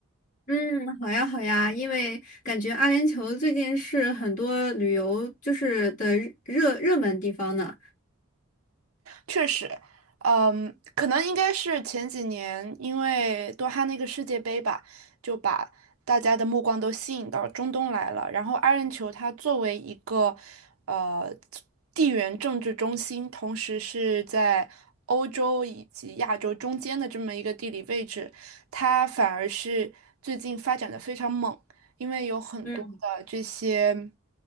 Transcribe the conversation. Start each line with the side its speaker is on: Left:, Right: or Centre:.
Left: 嗯，好呀，好呀，因为感觉阿联酋最近是很多旅游就是的热热门地方呢。
Right: 确实，嗯，可能应该是前几年因为多哈那个世界杯吧，就把大家的目光都吸引到中东来了。然后阿联酋它作为一个呃地缘政治中心，同时是在欧洲以及亚洲中间的这么一个地理位置，它反而是最近发展的非常猛，因为有很多的这些。
Left: 嗯，